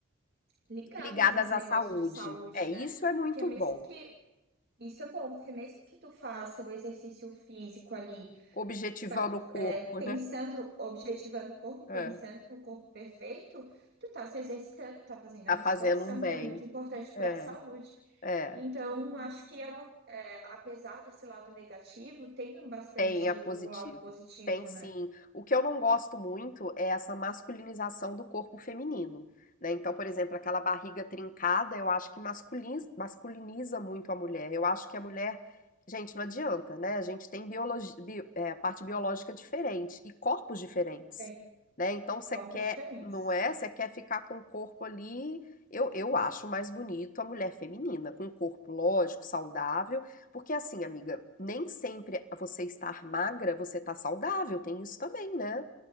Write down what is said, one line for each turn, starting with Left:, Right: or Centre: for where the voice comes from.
Right: ligadas
Left: ligadas
Right: nesse
Left: à
Right: negócio
Left: saúde.
Right: de saúde,
Left: É,
Right: né?
Left: isso é muito
Right: Porque mesmo
Left: bom.
Right: que isso é bom, porque mesmo que tu faça o exercício físico ali,
Left: Objetivando
Right: pra-
Left: o corpo,
Right: é, pensando, objetivando o corpo,
Left: é,
Right: pensando no corpo perfeito, tu tá se exercitando, tá fazendo
Left: tá
Right: a musculação,
Left: fazendo um bem.
Right: que é muito importante
Left: É,
Right: para a saúde.
Left: é.
Right: Então, acho que é uma, é, apesar desse lado negativo, tem bastante
Left: Tem, é positivo.
Right: o lado positivo,
Left: Tem sim.
Right: né?
Left: O que eu não gosto muito é essa masculinização do corpo feminino, né? Então, por exemplo, aquela barriga trincada, eu acho que masculiniza, masculiniza muito a mulher. Eu acho que a mulher, gente, não adianta, né? A gente tem biologi- bio- é, a parte biológica diferente e corpos diferentes,
Right: Tem
Left: né? Então, você
Right: corpos
Left: quer,
Right: diferentes.
Left: não é? Você quer ficar com o corpo ali. Eu, eu acho mais bonito a mulher feminina, com um corpo lógico, saudável porque assim, amiga, nem sempre você estar magra, você tá saudável, tem isso também, né?